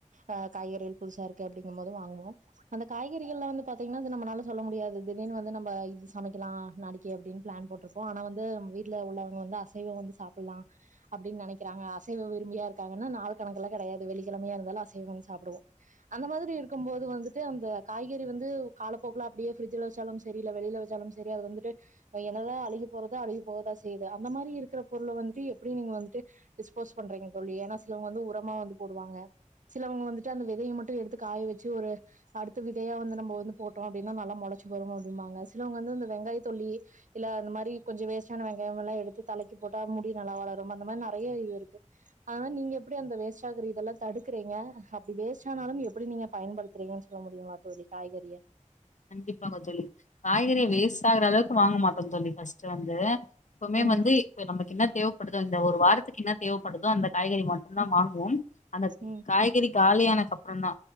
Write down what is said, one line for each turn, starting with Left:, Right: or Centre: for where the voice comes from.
Right: ஆ காய்கறிகள் புதுசா இருக்கு அப்டிங்கு போது வாங்குவோ அந்த காய்கறிகள்ல வந்து பாத்தீங்கன்னா அது நம்மளால சொல்ல முடியாது திடீர்னு வந்து நம்ம இது சமைக்கலா நாளைக்கி அப்டின் பிளான் போட்டுரு வோ ஆனா வந்து வீட்ல உள்ளவங்க வந்து அசைவம் வந்து சாப்புலா அப்டின் நெனைக்கிறாங்க அசைவ விரும்பியா இருக்காங்கனா நாளு கணக்குல்லா கெடையது வெள்ளிகெழமையா இருந்தாலு அசைவம் சாப்டுவோ அந்த மாதிரி இருக்கும்போது வந்துட்டு அந்த காய்கறி வந்து காலப்போக்குல அப்டியே ஃப்ரிட்ஜ்ல வச்சாலும் சரி இல்ல வெளில வச்சாலும் சரி அது வந்துட்டு என்னதா அழுகி போறதா அழுகி போவதா செய்யுது அந்த மாரி இருக்குற பொருள வந்துட்டு எப்டி நீங்க வந்துட்டு டிஸ்போஸ் பண்றீங்க தோழி ஏனா சிலவங்க வந்து உரமா வந்து போட் டுவாங்க சிலவங்க வந்துட்டு அந்த விதையை மட்டு எடுத்து காய வச்சு ஒரு அடுத்து விதையா வந்து நம்ம வந்து போட்டோ அப்டின்னா நல்லா மொளச்சு வரு அப்டிம்பாங்க சிலவங்க வந்து இந்த வெங்காயத்தொலி இல்ல அந்த மாரி கொஞ்சொ வேஸ்டான வெங்காயமலா எடுத்து தலைக்கி போட்டா முடி நல்லா வளரும் அந்த மாரி நெறைய இது இருக்கு அதா நீங்க எப்டி அந்த வேஸ்ட்டா ஆகுறீ தெல்லா தடுக்குறீங்க அப்டி வேஸ்ட் ஆனாலும் எப்டி நீங்க பயன்படுத்துறீங்கன் சொல்ல முடியுங்களா தோழி காய்கறிய
Left: கண்டிப்பாங்க தோழி காய்கறிய வேஸ்ட் ஆகுற அளவுக் வாங்க மாட்டோம் தோழி ஃபர்ஸ்ட் வந்து எப்போமே
Right: ம்
Left: வந்து ப்ப நமக்கு என்ன தேவப்படுதோ இந்த ஒரு வாரத்துக்கு என்ன தேவப்படுதோ அந்த காய்கறி மட்டுந்தா வாங்குவோம் அந்தக்
Right: ம்
Left: காய் கறி காலியானக்கப்பறந்தா